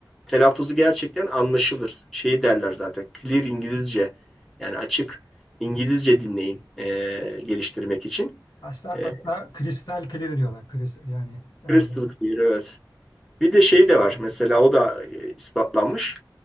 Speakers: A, in the centre; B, on the left.
A: Telaffuzu gerçekten anlaşılır. Şey derler zaten clear İngilizce yani açık İngilizce dinleyin ee, geliştirmek için.
B: Aslında
A: Ee,
B: hatta kristal kelleri diyorlar. Kris, yani abi.
A: crystal clear evet. Bir de şey de var mesela o da e, ispatlanmış.